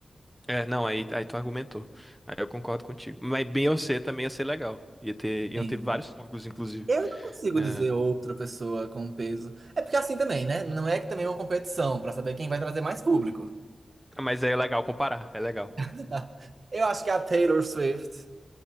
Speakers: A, in the centre; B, on the right.
A: É, não, aí, aí tu argumentou. Aí eu concordo contigo. Mas Beyoncé também ia ser legal. Ia ter, iam
B: Sim.
A: ter vários públicos, inclusive.
B: Eu não consigo
A: É,
B: dizer outra pessoa com peso. É porque é assim também, né? Não é que também é uma competição pra saber quem vai trazer mais público.
A: Mas é legal comparar, é legal.
B: <laughs> Eu acho que a Taylor Swift,